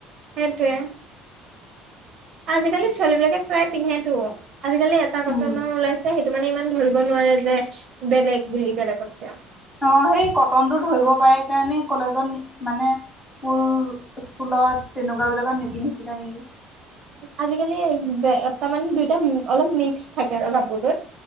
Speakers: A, on the right; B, in the centre.
A: সেইটোৱে। আজিকালি ছোৱালী বিলাকে প্ৰায় পিন্ধেতো আজিকালি এটা কটনৰ
B: উম,
A: ওলাই সেইটো মানে ইমান ধৰিব নোৱাৰে যে বেলেগ বুলি বেলেগতকে।
B: অঁ সেই কটনটো ধৰিব পাৰে কাৰণে কলেজত মানে স্কুল স্কুলত তেনেকুৱা বিলাকত নিপিন্ধিছিলে নেকি।
A: আজিকালি এ তা মানে দুইটা অলপ মিক্স থাকে আৰু কাপোৰটোত।